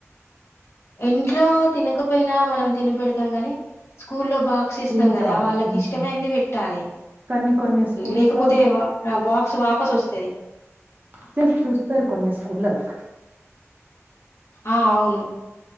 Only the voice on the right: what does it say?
స్కూల్‌లో
ప్రాబ్లమ్.
హ్మ్.
కానీ కొన్ని స్కూల్స్
లో
చర్స్ చూస్తారు కొన్ని స్కూళ్ళల్ల